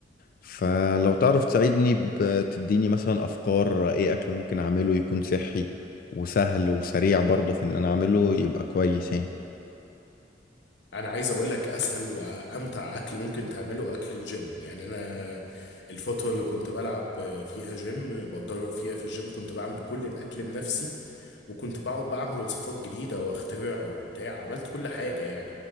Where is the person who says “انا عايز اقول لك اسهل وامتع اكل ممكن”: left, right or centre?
Left